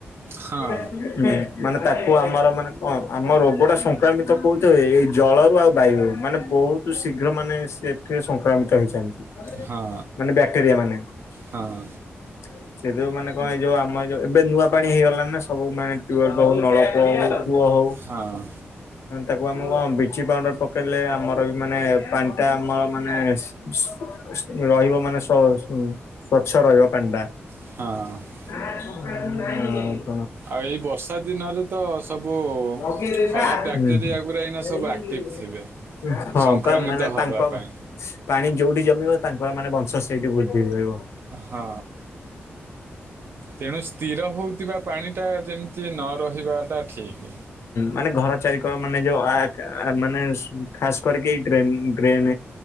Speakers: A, on the right (about 60°); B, on the left (about 85°).
A: ହଁ
B: <unintelligible> ମାନେ ତାକୁ ଆମର ମାନେ କଣ ଆମ ର। ଗୋଟେ ସଂକ୍ରାମିତ କହୁଛ, ଏଇ ଜଳରୁ ବାୟୁ ମାନେ ବହୁତ ଶୀଘ୍ର ଯୋଉ ମାନେ ସେଥିରେ ସଂକ୍ରମିତ ହେଇଛନ୍ତି,
A: ହଁ
B: ମାନେ ବ୍ୟାକ୍ଟେରିଆ ମାନେ ହ <unintelligible>
A: ହଁ
B: ସେଯୋଉ ମାନେ କଣ ଏଇ ଯୋଉ ଆମ ଯୋଉ ଏବେ ନୂଆ ପାଣି ହେଇଗଲା ନା ସବୁ ମାନେ ହଉ ନଳକୂଅ ହଉ। କୂଅ ହଉ।
A: ହଁ।
B: ତାକୁ ଆମେ ଉଁ ବିଚି ପାଉଡର ପକେଇଲେ ଆମର ବି ମାନେ ପାଣି ଟା ଆମର ମାନେ <unintelligible> ରହିବ ମାନେ ସ୍ଵଚ୍ଛ ରହିବ ପାଣି ଟା।
A: ହଁ।
B: ହଁ <unintelligible>
A: ଆଉ ଏଇ ବର୍ଷା ଦିନରେ ତ ସବୁ
B: ହୁଁ <unintelligible>
A: ଖରାପ ବ୍ୟାକ୍ଟେରିଆ ଗୁରା ଏଇନା ସବୁ ଆକ୍ଟିଭ ଥିବେ
B: ହଁ
A: ସଂକ୍ରମିତ
B: ପା ମାନେ
A: ହବା
B: ତାଙ୍କ
A: ପାଇଁ।
B: ପାଣି ଯୋଉଠି ଜମିବ ତାଙ୍କର ମାନେ ବଂଶ ସେଇଠି ବୃଦ୍ଧି ହୋଇବ।
A: ହଁ ତେଣୁ ସ୍ଥିର ହଉଥିବା ପାଣି ଟା ଯେମିତି ନ ରହିବାଟା ଠିକ୍।
B: ମାନେ ଘର ଚାରିକର ମାନେ ଯୋଉ ଆ ଆ ଖାସ କରିକି ଏଇ ଡ୍ରେନି ଡ୍ରେନ।